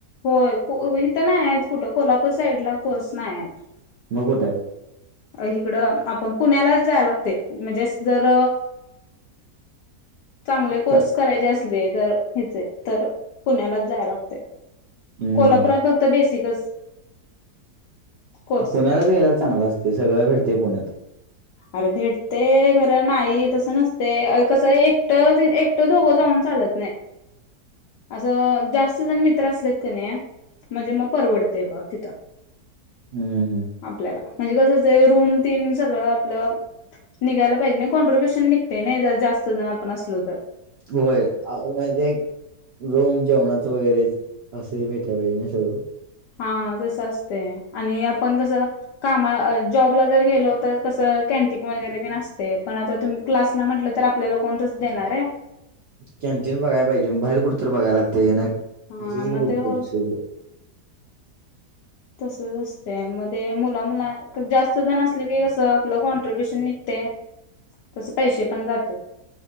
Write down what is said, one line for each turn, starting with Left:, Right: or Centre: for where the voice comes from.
Left: होय इथं नाही आहेत कुठं कोल्हापूर साईडला कोर्स नाही आहेत
Right: मगकोटयत
Left: इकडं आपण पुण्यालाच जाय लागते म्हणजे जर चांगले कोर्स
Right: चा-
Left: करायचे असले जर ह्याचे तर पुण्यालाच जाय लागते
Right: हम्म
Left: कोल्हापुरात
Right: हम्म.
Left: फक्त बेसिकच कोर्स
Right: पुण्यालाच
Left: आहेत
Right: गेयला चांगलं असते सगळं भेटते पुण्यात
Left: अरे भेटते घर नाही तसं नसते कसं एकट एकट दोघं जाऊन चालत नाही <inaudible> असं जास्त जण मित्र असले त्याने म्हणजे मग परवडतेय बघ तिथं <inaudible>
Right: हम्म हम्
Left: आपल्याला म्हणजे कसंच रूम तीन सगळं आपलं निघायला पाहिजे नाही कॉन्ट्र्रीब्युशन निघते नाही जर जास्त जण आपण असलो तर
Right: होय म्ह एक रोम जेवणाच वगैरे असंही भेटय पाहिजे ना सगळं
Left: हा तसं असतेय आणि आपण कसं कामा जॉबला जर गेलो तर कसं कॅनटीन वगैरे ते नसते पण आता तुम क्लासला म्हटलं तर आपल्याला कोणतच देणार आहे
Right: कॅन्टीन बघाला पाहिजे बाहेर कुठं तररी बघाय लागते ना
Left: हा
Right: असंच
Left: मग
Right: की कुठतं
Left: ते हो
Right: दुसरीकडे
Left: तसच असते मध्ये मुला मुला जास्त जण असले की आपलं कॉन्ट्र्रीब्युशन निघते तस पैसे पण जातात